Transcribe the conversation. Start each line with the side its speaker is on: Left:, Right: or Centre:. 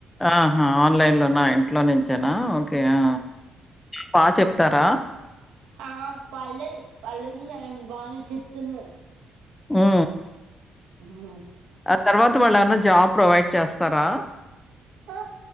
Left: ఆహా ఆన్లైన్లోనా ఇంట్లో నుంచేనా ఓకే ఆ బా చెప్తారా?
Right: ఆ పర్లేదు పర్లేదు మేడం బానే చెప్తున్నారు.
Left: మ్
Right: ఆ ఆ ఆ ఆ
Left: ఆ తర్వాత వాల్లేమన్నా జాబ్ ప్రొవైడ్ చేస్తారా?
Right: ఆ